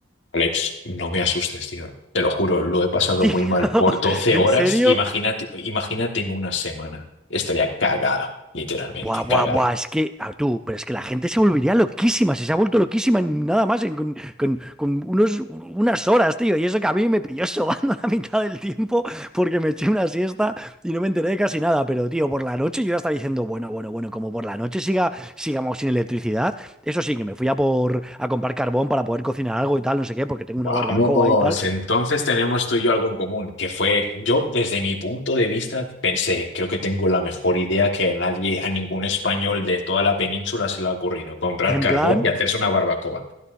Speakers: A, on the left; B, in the centre.
A: Alex, no me asustes, tío. Te lo juro, lo he pasado
B: Tío,
A: muy mal
B: <laughs>
A: por doce
B: en
A: horas.
B: serio,
A: Imagínate, imagínate en una semana. Estaría cagada, literalmente,
B: Buah,
A: cagada.
B: buah, buah, es que, ah, tú, pero es que la gente se volvería loquísima, si se ha vuelto loquísima en nada más en- con, con- con unos, unas horas, tío, y eso que a mí me pilló sobando <laughs> la mitad del tiempo porque me eché una siesta y no me enteré de casi nada, pero tío, por la noche yo ya estaba diciendo, bueno, bueno, bueno, como por la noche siga, sigamos sin electricidad, eso sí, que me fui a por, a comprar carbón para poder cocinar algo y tal, no sé qué, porque tengo una
A: Vamos,
B: barbacoa y tal,
A: entonces tenemos tú y yo algo en común, que fue, yo desde mi punto de vista pensé, creo que tengo la mejor idea que a nadie, a ningún español de toda la península se le ha ocurrido, comprar
B: en
A: carbón
B: plan,
A: y hacerse una barbacoa.